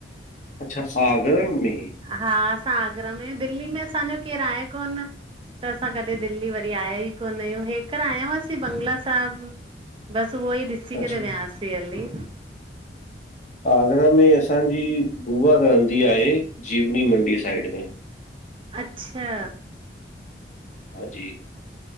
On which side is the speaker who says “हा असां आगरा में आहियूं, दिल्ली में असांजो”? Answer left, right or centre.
Right